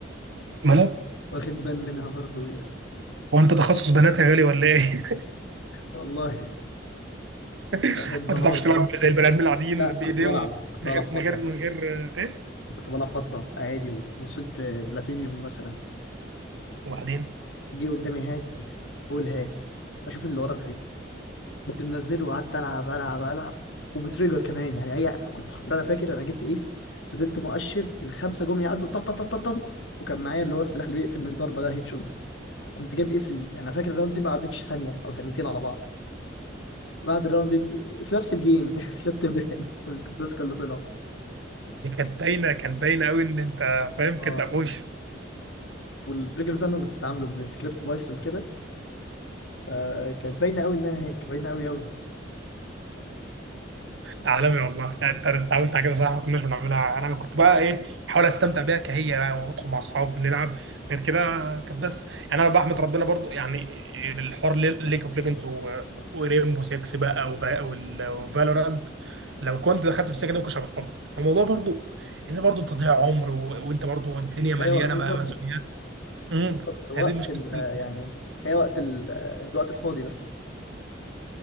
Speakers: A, on the right; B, on the left.
A: مالها
B: واخد بان منها هاردوير
A: هو انت تخصص بنات يا غالي ولا ايه؟
B: والله
A: <laughs>
B: واخد بان
A: ما تعرفش
B: هاردوير
A: تلعب زي البني ادمين العاديين
B: لا
A: بايديهم
B: كنت بلعب كنت
A: من
B: بلعب
A: غير
B: فترة
A: من غير من غير آه، ايه؟
B: كنت بلعب فترة عادي ووصلت بلاتينيوم مثلا
A: وبعدين
B: جه قدامي هاك بقول هاك اشوف اللي ورا الحيطة كنت منزله وقعدت العب العب العب وبتريجر كمان يعني اي كنت حرفيا انا فاكر انا جبت ايس فضلت مؤشر الخمسة جم يعدوا طن طن طن طن طن، وكان معايا اللي هو السلاح اللي بيقتل من ضربة ده هيد شوت قمت جايب ايس ال- يعني انا فاكر الراوند دي ما عدتش ثانية او ثانيتين على بعض بعد الراوند دي في نفس الجيم <laughs> خدت بالي والديسك اللي طلعوا
A: دي كانت باينه كانت باينه قوي ان انت فاهم كانت
B: اه
A: ابوش
B: والتريجر ده انا اللي كنت عامله بسكريبت بايثون كده فكانت باينه قوي انها هيك باينه قوي قوي
A: عالمي والله يعني انت انت عملت حاجه صح ما كناش بنعملها انا كنت بقى ايه بحاول استمتع بيها كهي بقى وادخل مع اصحاب ونلعب غير كده كانت بس يعني انا بحمد ربنا برضو يعني الحوار ليج اوف ليجندز وريمبو 6 بقى وفالورانت لو كنت دخلت في السكه دي ما كنتش هبطلها الموضوع برضو ان برضو تضييع عمر و... وانت برضو الدنيا مليانه
B: ايوه بالظبط
A: م- مسؤوليات امم
B: بالظبط وقت
A: هي دي مشكله
B: ال
A: ال-
B: يعني هي وقت ال الوقت الفاضي بس